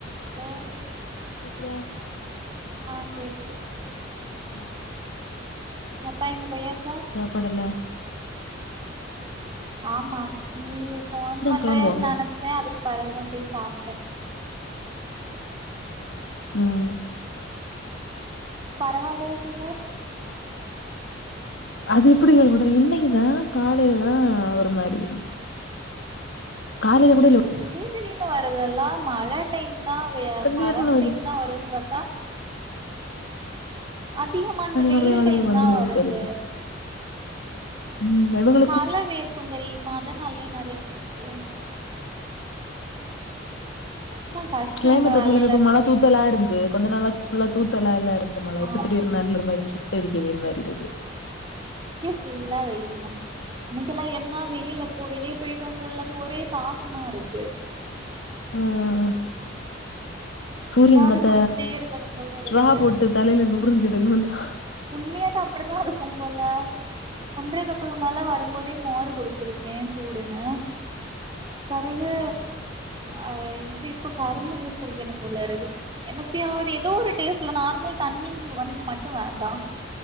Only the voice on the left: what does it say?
அப்பிடியா
ம்
தொடலாம்
கெளம்புவாங்க
ம்
அது எப்புடி கேள்விப்பட்ட இன்னைக்குதா காலையிலதா ஒரு மாரி காலைல கூட லோ
திடீர்னு
நெறைய ஆளுக
வந்துருதுன்னு
சொல்லிட்டு ம் மெதங்க
கிளைமேட்
வந்துல
இப்ப
மழ தூத்தலா
இருந்து கொஞ்ச நல்லா ஃபுல்லா தூத்தலா எல்லா இருந்த மழ
இப்ப தீடிர் நல்ல ஒரு மாரி சுட்டெரிக்கவே ஒரு மாரிருக்கு
ம் ம் ம் சூரியன்
மொத்த
ஸ்ட்ரா
போட்டு தலையில நுருஞ்சு எடுக்கனுன்னா